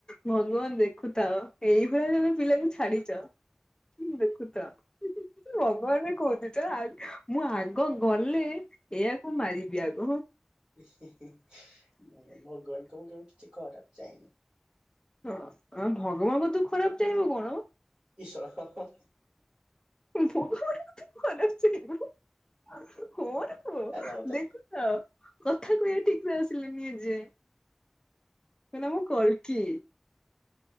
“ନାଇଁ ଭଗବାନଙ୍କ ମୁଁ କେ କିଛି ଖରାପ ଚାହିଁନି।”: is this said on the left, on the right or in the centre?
Right